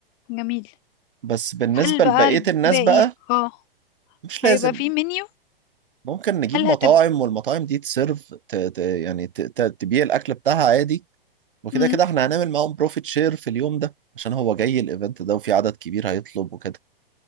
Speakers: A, on the left; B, on the right.
A: جميل
B: بس بالنسبة
A: هل بقى
B: لبقية
A: الباقي
B: الناس بقى
A: اه
B: مش لازم
A: هيبقى فيه منيو
B: ممكن نجيب
A: هل
B: مطاعم
A: هتبقى
B: والمطاعم دي تسيرف ت... ت... يعني ت... ت... تبيع الأكل بتاعها عادي وكده
A: مم.
B: كده احنا هنعمل معاهم بروفيت شير في اليوم ده عشان هو جاي الايفنت ده وفي عدد كبير هيطلب وكده